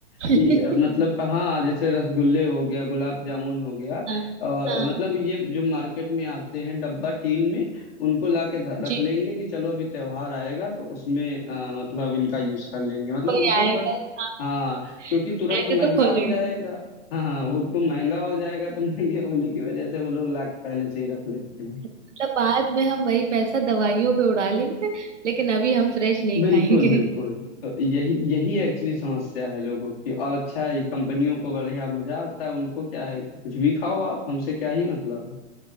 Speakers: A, on the right (about 80°); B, on the left (about 55°).
A: ठीक
B: कि अ, मतलब हाँ जैसे रसगुल्ले हो गया गुलाब जामुन हो गया
A: <laughs> हाँ
B: और
A: हाँ
B: मतलब ये जो मार्केट में आते हैं डब्बा टीन में उनको ला के रख
A: जी
B: लेंगे कि चलो अभी त्योहार आएगा तो उसमें अ, मतलब इनका यूज कर लेंगे मतलब
A: कोई
B: उनको
A: आएगा
B: बस
A: हाँ
B: हाँ क्योंकि
A: कोई
B: तुरंत
A: आएगा
B: महंगा
A: तो खोलेंगे
B: हो जाएगा हाँ हाँ वो उनको महंगा हो जाएगा तो महंगे होने की वजह से वो लोग ला के पहले से ही रख लेते हैं
A: मतलब बाद में हम वही पैसा दवाइयों पे उड़ा लेंगे लेकिन अभी हम फ्रेश नहीं
B: बिल्कुल
A: खाएंगे
B: बिल्कुल तो यही यही एक्चुअली समस्या है लोगों की और अच्छा है कंपनियों को बढ़िया मजा आता है उनको क्या है कि कुछ भी खाओ आप हमसे क्या ही मतलब है